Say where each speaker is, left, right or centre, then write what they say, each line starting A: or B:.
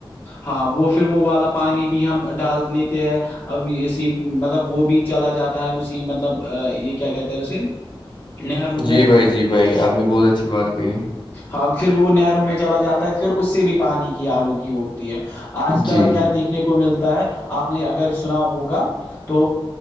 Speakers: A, on the left (about 25°); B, on the left (about 55°).
A: ہاں وہ پھر وہ والا پانی بھی ہم ڈال لیتے ہیں اب اسی مطلب وہ بھی چلا جاتا ہے اسی مطلب یہ کیا کہتے ہیں اسے نہرو
B: جی
A: میں
B: بھائی جی بھائی آپ نے بہت اچھی بات کہی
A: ہاں پھر وہ نہروں میں چلا جاتا ہے پھر اس سے بھی پانی کی آلودگی ہوتی ہے آج کل
B: جی
A: کیا دیکھنے کو ملتا ہے آپ نے اگر سنا ہوگا تو